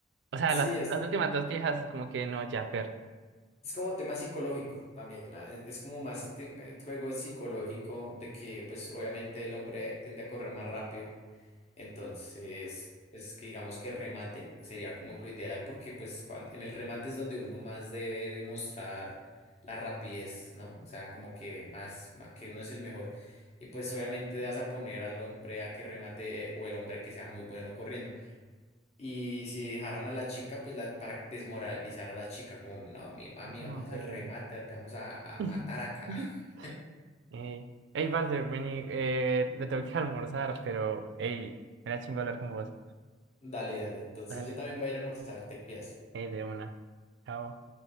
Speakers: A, on the right; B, on the left.
A: O sea,
B: Sí,
A: las,
B: es,
A: las últimas dos viejas como que no, ya, per.
B: es como tema psicológico también, ah, e- es como más este eh, juego psicológico de que pues obviamente el hombre tiende a correr más rápido Entonces, es que digamos que remate sería como lo ideal porque pues cuan- en el remate es donde uno más debe demostrar la rapidez, ¿no? O sea, como que más, ma- que uno es el mejor. Y pues obviamente vas a poner al hombre a que remate eh, o el hombre que sea muy bueno corriendo. Y si dejaron a la chica, pues la, para desmoralizar a la chica, como, no, mi mami,
A: Ah,
B: vamos
A: Ok,
B: al remate,
A: dale.
B: te vamos a, a
A: <laughs>
B: matar acá. <laughs>
A: Ey, ey, parce, vení, eh, me tengo que almorzar, pero, ey, era chingo hablar con vos.
B: Dale, dale. Entonces
A: Dale,
B: yo también voy a ir a almorzar, te cuidas.
A: ey, de una. Chao.